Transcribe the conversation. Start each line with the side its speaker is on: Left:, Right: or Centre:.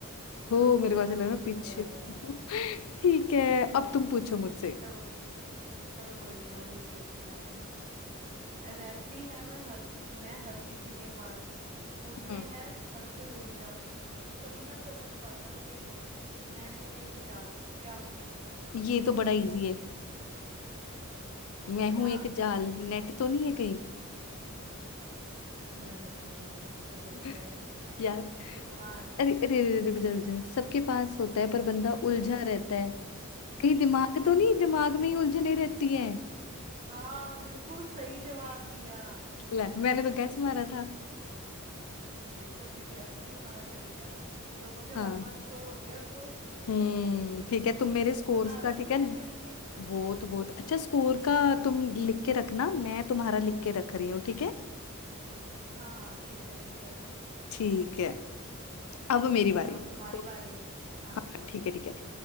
Left: हो
Right: हाँ
Left: मेरे
Right: मेरे
Left: को ऐसा
Right: पास
Left: लग रहा
Right: एक
Left: है
Right: स्कोर
Left: पीछे
Right: आ गया
Left: <laughs>
Right: है
Left: ठीक है
Right: ओ
Left: अब तुम पूछो मुझसे
Right: चलो चलो कोई नहीं मैं पूछती हूँ तुम्हारे से रहती है मैं हर कि- मैं हर किसी के पास मुझ में
Left: हम्म
Right: है हर कोई उलझा कभी ना समझ पाता कोई मैं हूं एक जाल क्या हूं मैं
Left: ये तो बड़ा इजी है मैं हूं
Right: क्या
Left: एक जाल नेट तो नहीं है कहीं
Right: नहीं नहीं नहीं नहीं ये तो गलत है
Left: <laughs> यार
Right: Tick tick one
Left: अरे अरे अरे रुक जा रुक जा सबके पास होता है पर
Right: Tick
Left: बंदा
Right: tick two
Left: उलझा रहता है कहीं दिमाग तो नहीं दिमाग में ही उलझने रहती है
Right: हाँ बिल्कुल सही जवाब दिया
Left: ले मैंने तो गैस मारा था
Right: देखो गैस भी तुम्हारा चल गया दोनों के
Left: हाँ
Right: वन वन स्कोर हो गए अब तो
Left: हम्म ठीक है तुम मेरे स्कोर्स
Right: मजा आ रहा
Left: का
Right: है तुम्हें
Left: ठीक है
Right: खेल के
Left: बहुत बहुत अच्छा स्कोर का तुम लिख के रखना मैं तुम्हारा लिख के रख रही हूँ ठीक है
Right: हाँ हाँ ठीक है ठीक है
Left: ठीक है अब मेरी बारी
Right: चलो अब तुम्हारी
Left: ओके
Right: बारी है हाँ
Left: हाँ ठीक है ठीक है